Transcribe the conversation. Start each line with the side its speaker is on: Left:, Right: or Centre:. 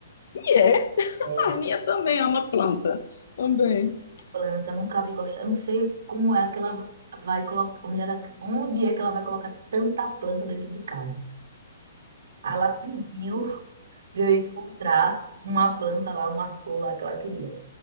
Left: E é,
Right: É,
Left: a minha também é uma planta. Também.
Right: planta, nunca vi gostar. Eu não sei como é que ela vai colocar, onde ela- onde é que ela vai colocar tanta planta dentro de casa. Aí ela pediu para eu encontrar uma planta lá, uma flor lá que ela queria.